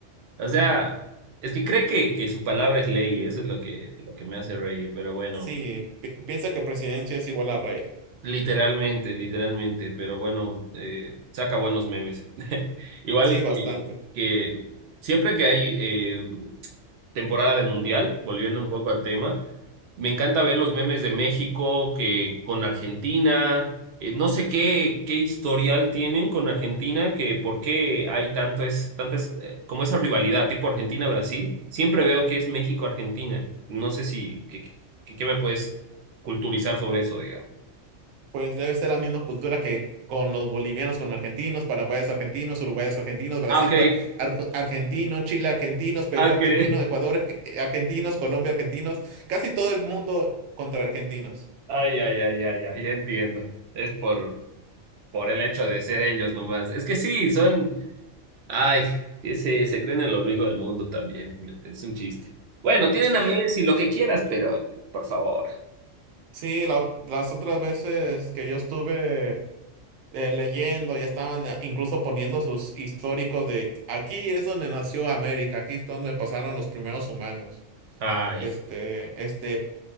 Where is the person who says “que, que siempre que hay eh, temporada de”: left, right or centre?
Right